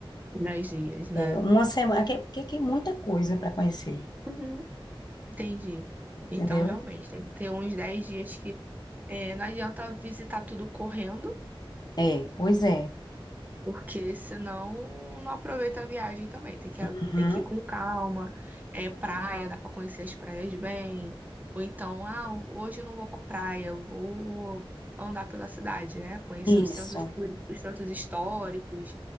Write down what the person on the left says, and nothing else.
É, uma semana, que- é, porque tem muita coisa para conhecer,
entendeu?
É, pois é.
Uhum.
Isso.